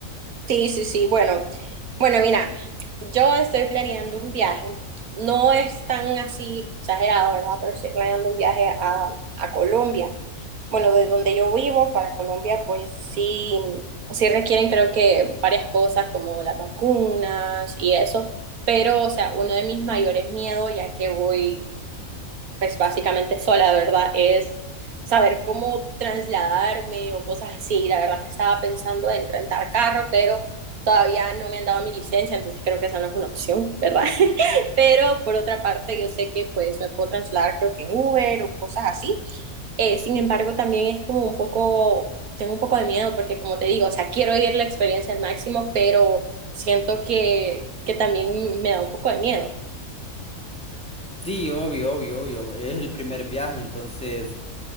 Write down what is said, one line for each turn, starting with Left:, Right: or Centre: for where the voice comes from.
Right: Sí, sí, sí. Bueno, bueno, mira, yo estoy planeando un viaje. No es tan así exagerado, ¿verdad? Pero estoy planeando un viaje a, a Colombia. Bueno, de donde yo vivo para Colombia, pues sí, sí requieren creo que varias cosas como las vacunas y eso. Pero, o sea, uno de mis mayores miedos, ya que voy pues básicamente sola, ¿verdad? Es saber cómo trasladarme o cosas así. La verdad es que estaba pensando en rentar carro, pero todavía no me han dado mi licencia, entonces creo que esa no es una opción, ¿verdad? <laughs> pero por otra parte, yo sé que pues me puedo trasladar creo que en Uber o cosas así. Eh, sin embargo, también es como un poco, tengo un poco de miedo porque como te digo, o sea, quiero vivir la experiencia al máximo, pero siento que, que también me da un poco de miedo.
Centre: Sí, obvio, obvio, obvio. Es el primer viaje, entonces